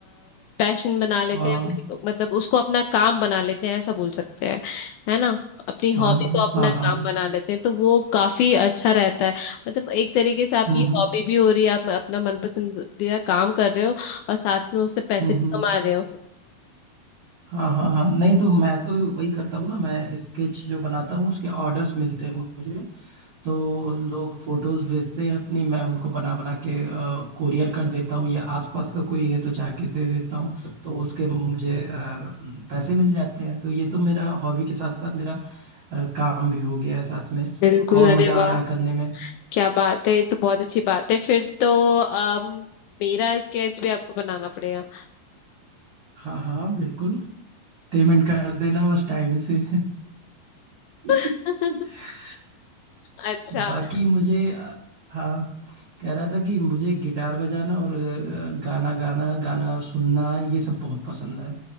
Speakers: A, on the left (about 80°); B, on the right (about 35°).
A: पैशन बना लेते
B: हाँ
A: हैं अपने- मतलब उसको अपना काम बना लेते हैं ऐसा बोल सकते हैं है ना अपनी
B: हाँ
A: हॉबी
B: हाँ
A: को अपना
B: हाँ
A: काम
B: हाँ
A: बना लेते हैं तो वो काफी अच्छा रहता है मतलब एक तरीके से आपकी
B: हम्म हम्म
A: हॉबी भी हो रही है आप अपना मनपसंदीदा काम कर रहे हो और साथ में उससे पैसे
B: हम्म,
A: भी
B: हम्म,
A: कमा रहे हो
B: हाँ हाँ हाँ नहीं तो मैं तो वही करता हूँ ना मैं स्केच जो बनाता हूँ उसके ऑर्डर्स मिलते हैं मुझे तो लोग फोटोज भेजते हैं अपनी मैं उनको बना बना के कुरियर कर देता हूँ या आसपास का कोई है तो जाके दे देता हूँ तो उसके मुझे अ, पैसे मिल जाते हैं तो ये तो मेरा हॉबी के साथ साथ मेरा अ, काम भी हो गया है साथ में
A: बिल्कुल
B: और मजा
A: अरे वाह
B: आ रहा है करने में
A: क्या बात है ये तो बहुत अच्छी बात है फिर तो अम, मेरा स्केच भी आपको बनाना पड़ेगा
B: हाँ हाँ बिल्कुल पेमेंट कर देना बस टाइम से <laughs>
A: <laughs> अच्छा
B: बाकी मुझे अ, हाँ कह रहा था कि मुझे गिटार बजाना और अ, गाना गाना गाना सुनना ये सब बहुत पसंद है